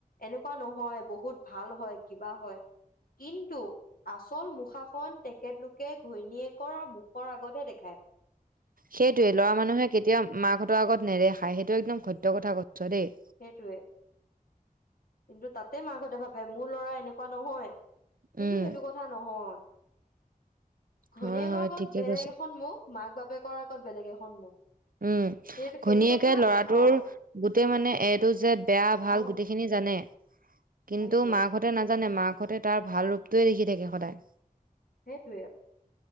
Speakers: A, on the left; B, on the right.
A: এনেকুৱা নহয় বহুত ভাল হয় কিবা হয়। কিন্তু? আচল মুখাখন তেখেতলোকে ঘৈণীয়েকৰ মুখৰ আগতহে দেখাই।
B: সেইটোৱে লৰা মানুহে কেতিয়াও মাকহঁতৰ আগত নেদেখায় সেইটো একদম সত্যকথা কৈছ দেই।
A: সেইটোৱে। কিন্তু তাতে মাকহঁতে ভাৱে মোৰ ল'ৰা এনেকুৱা নহয়, কিন্তু
B: উম
A: সেইটো কথা <unintelligible> নহয় ঘৈণীয়েকৰ
B: হয় হয়
A: আগত
B: ঠিকে
A: বেলেগ
B: কৈছ
A: এখন মুখ মাক-বাপেকৰ আগত বেলেগ এখন মুখ।
B: উম,
A: সেইটো সেইটো
B: ঘৈনীয়েকে
A: কথা
B: ল'ৰাটোৰ
A: অ
B: গোটেই মানে এ-টু-যেদ বেয়া ভাল
A: অ
B: গোটেইখিনি জানে, কিন্তু
A: সেইটোৱে
B: মাকহঁতে নাজানে মাকহঁতে তাৰ ভাল ৰূপটোৱে দেখি থাকে সদায়।
A: সেইটোৱে,